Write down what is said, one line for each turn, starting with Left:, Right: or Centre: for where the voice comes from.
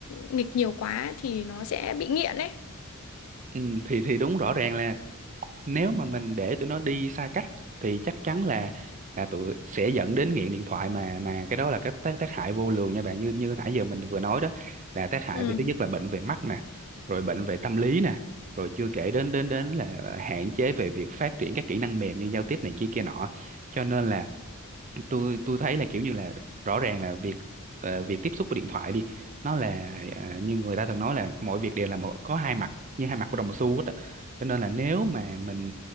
Left: nghịch nhiều quá thì nó sẽ bị nghiện ấy.
Right: ừ, thì thì đúng rõ ràng là nếu mà mình để tụi nó đi xa cách thì chắc chắn là là tụi sẽ dẫn đến nghiện điện thoại mà mà cái đó là cái tác tác hại vô lường nha bạn như như nãy giờ mình vừa nói đó là tác hại
Left: Ừ.
Right: về thứ nhất là bệnh về mắt nè rồi bệnh về tâm lý nè rồi chưa kể đến đến đến là hạn chế về việc phát triển các kỹ năng mềm như giao tiếp này kia kia nọ cho nên là tôi tôi thấy là kiểu như là rõ ràng là việc ờ, việc tiếp xúc với điện thoại đi nó là ờ, như người ta thường nói là mọi việc đều là một, có hai mặt như hai mặt của đồng xu hết á cho nên là nếu mà mình